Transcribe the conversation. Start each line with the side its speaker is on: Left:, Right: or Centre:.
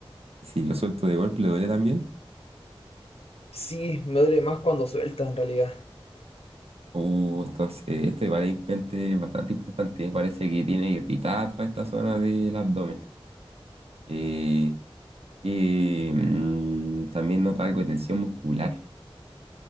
Right: ¿Y si lo suelto de golpe le duele también?
Left: Sí, me duele más cuando suelta en realidad.
Right: Oh, entonces esto igual es importante- bastante importante. Parece que tiene irritada toda esta zona del abdomen. Eh, eh, mm, también nota algo de tensión muscular